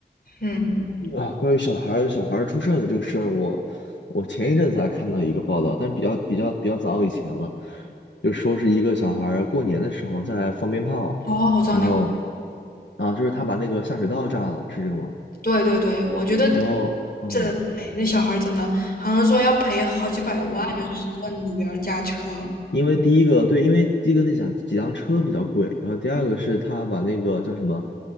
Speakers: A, on the left; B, on the left.
A: 嗯，
B: 啊，关于小孩儿小孩儿出事儿的这个事儿，我我前一阵子还看到一个报道，但是比较比较比较早以前了，就说是一个小孩儿过年的时候在放鞭炮，
A: 哦，我知道那个。
B: 然后啊，就是他把那个下水道炸了，是这个吗？
A: 对对对，我觉得
B: 然后嗯，
A: 这，哎，那小孩儿真的好像说要赔好几百万，就是算里边儿加车。
B: 因为第一个对，因为第一个那辆几辆车比较贵，然后第二个是他把那个叫什么